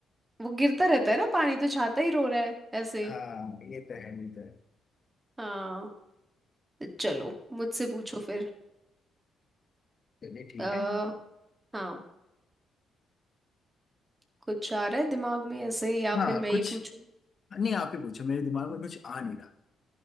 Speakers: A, on the right; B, on the left.
A: वो गिरता रहता है ना पानी तो छाता ही रो रहा है ऐसे
B: हाँ ये तो है ये तो है
A: हाँ चलो मुझसे पूछो फिर
B: चलिए ठीक
A: आ,
B: है
A: हाँ कुछ आ रहा है दिमाग में ऐसे या
B: हाँ
A: फिर मैं
B: कुछ
A: ही पूछूं
B: नहीं आप ही पूछो मेरे दिमाग में कुछ आ नहीं रहा